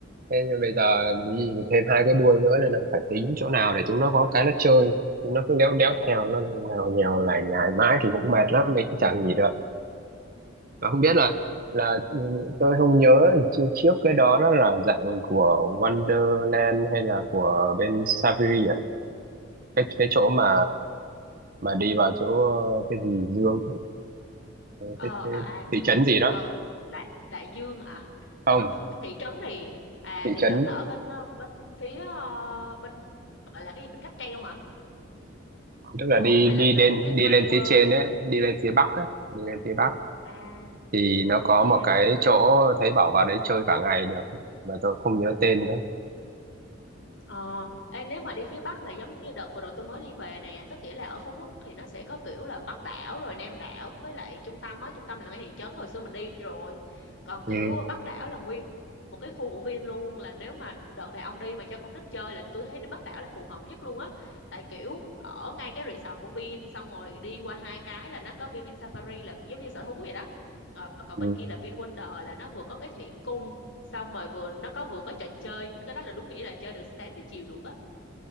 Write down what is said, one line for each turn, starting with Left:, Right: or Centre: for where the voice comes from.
Right: Thế nhưng bây giờ đi thêm hai cái đuôi nữa nên là phải tính chỗ nào để chúng nó có cái nó chơi. Chúng nó cứ đéo đéo theo, nó nào nhèo lại nhải mãi thì cũng mệt lắm, mình cũng chẳng gì được mà không biết là
Left: ừ
Right: là ừ, tôi không nhớ trước trước cái đó nó là dạng của Wonderland hay là của bên Saviri à cái cái chỗ mà
Left: ờ
Right: mà đi vào chỗ cái gì Dương
Left: ờ
Right: cái, cái
Left: ờ à,
Right: thị trấn gì đó
Left: ờ đại đại dương à ông
Right: không
Left: thị trấn thì à
Right: thị
Left: thị
Right: trấn
Left: trấn là ở bên ờ, bên phía ờ, bên gọi là cái gì bên cáp treo hả
Right: tức là
Left: đúng
Right: đi
Left: không hay
Right: đi
Left: là cái
Right: lên
Left: cái
Right: đi
Left: Grand
Right: lên
Left: World
Right: phía trên ấy đi lên phía bắc ấy đi lên phía bắc
Left: à
Right: thì nó có
Left: à
Right: một cái chỗ thấy bảo vào đấy chơi cả ngày được mà tôi không nhớ tên nữa
Left: Ờ, ê, nếu mà đi phía Bắc là giống như đợt vừa rồi tôi mới đi về nè, tức nghĩa là ở Phú Quốc thì nó sẽ có kiểu là Bắc đảo rồi Nam đảo với lại trung tâm á, trung tâm là ngay thị trấn hồi xưa mình đi rồi. Còn kiểu
Right: ừ,
Left: Bắc đảo là nguyên một cái khu của Vin luôn là nếu mà đợt này ông đi mà cho con nít chơi là tôi thấy đi Bắc đảo là phù hợp nhất luôn á. Tại kiểu ở ngay cái resort của Vin xong rồi đi qua hai cái là nó có Vin Safari là giống như sở thú vậy đó. Rồi còn
Right: ừ.
Left: bên kia là Vin Wonder là nó vừa có cái thủy cung xong rồi vừa nó có vừa có trò chơi cái đó là đúng nghĩa là chơi được sáng tới chiều được á